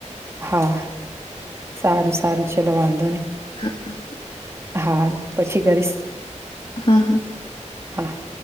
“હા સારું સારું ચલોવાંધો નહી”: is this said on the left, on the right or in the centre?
Right